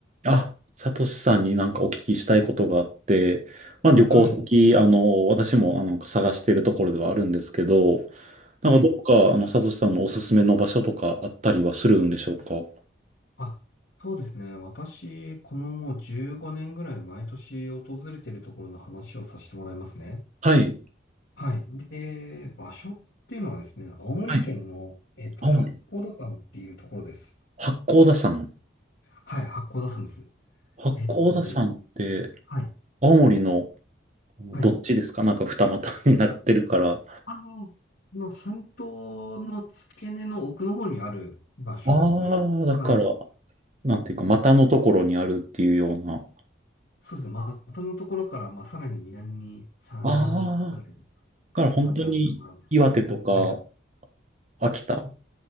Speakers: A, on the right; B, on the left.
A: あ、サトシさんになんかお聞きしたいことがあって、まあ旅行先、
B: はい、
A: あの、私もあの探しているところではあるんですけど、なんかどこか、
B: はい。
A: あの、サトシさんのおすすめの場所とかあったりはするんでしょうか
B: あ、そうですね。私、このもう15年ぐらい毎年訪れているところの話をさせてもらいますね。
A: はい。
B: はい。で、場所っていうのはですね、青森県の、
A: はい。
B: えっと、
A: 青森。
B: 八甲田山っていうところです。
A: 八甲田山。
B: はい、八甲田山です。
A: 八甲田山って、
B: えっと、れ、はい、
A: 青森のあのどっちですかなんか二股になってるから。
B: はい。
A: あ
B: あの、この半島の付け根の奥の方にある場所ですね。
A: あ、だから、
B: はい。
A: なんていうか、股のところにあるっていうような。
B: そうですね。まあまたのところから、まあ、さらに南に3、
A: あ
B: 40キロぐらい
A: あ、だから本当に岩手とか
B: ところにあるところですね。はい。
A: 秋田。